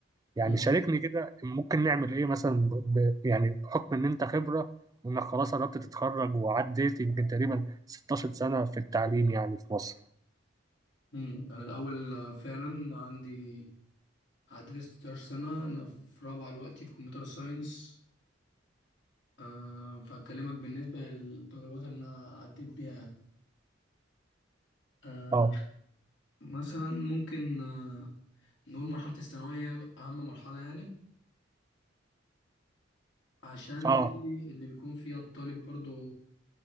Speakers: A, on the right; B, on the left.
A: يعني
B: مم.
A: شاركني كده ممكن نعمل ايه مثلا ب... يعني بحكم ان انت خبره وانك خلاص قربت تتخرج وعديت يمكن تقريبا 16 سنه في التعليم يعني في مصر
B: مم. انا الاول آه، فعلا عندي عديت 16 سنه انا في رابعه دلوقتي في كمبيوتر ساينس أه فهكلمك بالنسبه للتجربات اللي انا عديت بيها يعني. أه
A: اه
B: مثلا ممكن أه نقول مرحله الثانويه هي اهم مرحله يعني عشان
A: اه
B: دي اللي بيكون فيها الطالب برضو